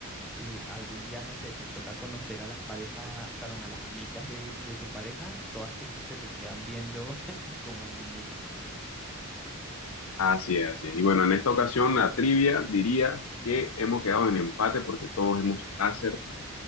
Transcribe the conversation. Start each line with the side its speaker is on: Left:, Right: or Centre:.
Centre: eh, algún día, no sé, te toca conocer a las parejas, perdón, a las amigas de, de tu pareja, todas te, que se te quedan viendo <laughs> como enemigas.
Left: Así es, así es. Y bueno, en esta ocasión la trivia diría que hemos quedado en empate porque todos hemos acertado.